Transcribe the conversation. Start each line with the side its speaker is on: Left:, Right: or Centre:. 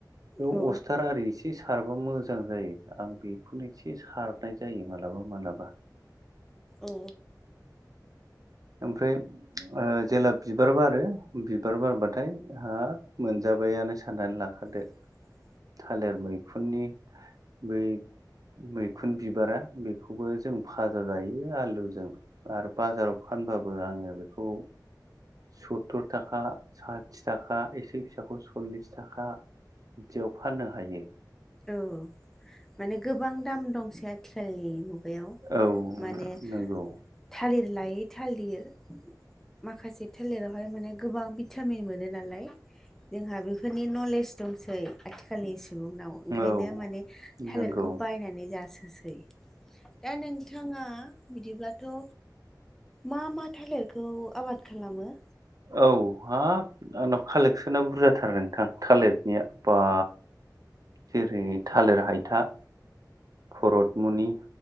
Right: बेयाव
Centre: औ
Right: अस्थार आरि एसे सारबा मोजां जायो आं बेखौनो ऐसे सारनाय जायो मालाबा मालाबा
Centre: ओ
Right: ओमफ्राय जेला बिबार बारो बिबार बारबाथाय हाब मोनजाबायानो साननानै लाखादो
Centre: <inaudible>
Right: थालिर मैखुननि बै मैखुन बिबारा बेखौबो जों फाजा जायो आलुजों आरो बाजाराव फानबाबो आङो बेखौ सत्तुर थाखा साथि थाखा एसे फिसाखौ सल्लिस थाखा। बिदियाव फाननो हायो
Centre: औ माने गोबां दाम दंसै आथिखालनि मुगायाव
Right: औ
Centre: माने
Right: नंगौ
Centre: थालिर लायै थालिर माखासे थालिरावहाय माने गोबां भिटामिन मोनो नालाय जोंहा बे बेफोरनि नलेज दंसै आथिखालनि सुबुंनाव ओंखायनो
Right: औ
Centre: माने थालिरखौ
Right: नंगौ
Centre: बायनानै जासोसै दा नोंथाङा बिदिब्लाथ' मा मा थालिरखौ आबाद खालामो?
Right: औ हा आंनाव कालेकसना बुरजाथार नोंथां थालिरनिया बा जेरै थालिर हायथा भरतमुनि